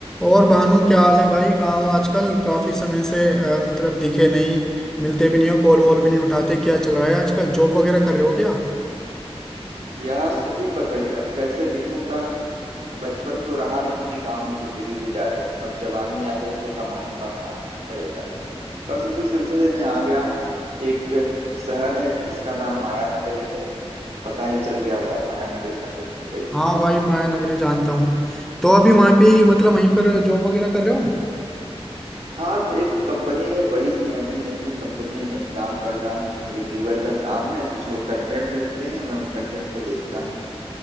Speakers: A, in the centre; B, on the right (about 85°).
A: और भानु क्या हाल है भाई कहाँ हो आजकल काफी समय से अ, मतलब दिखे नहीं मिलते भी नहीं हो कॉल वॉल भी नहीं उठाते क्या चल रहा है आजकल जॉब वगैरह कर रहे हो क्या
B: यार सही पकड़े अब कैसे दिखूंगा बचपन तो रहा नहीं कि गांव में जिंदगी गुजारूं अब जवानी आ गई तो कमाने बाहर आना ही पड़ेगा बस उसी सिलसिले में आ गया हूँ एक शहर है जिसका नाम माया नगरी है पता ही चल गया होगा माया नगरी मतलब मुंबई
A: हाँ भाई माया नगरी जानता हूँ तो अभी वहाँ भी मतलब वहीं पर जॉब वगैरह कर रहे हो
B: हाँ एक कंपनी है बड़ी सी मल्टीनेशनल कंपनी है यहीं काम करता हूँ रिव्यूअर का काम है कुछ लोग कंटेंट लिखते हैं मैं उन कंटेंट को देखता हूँ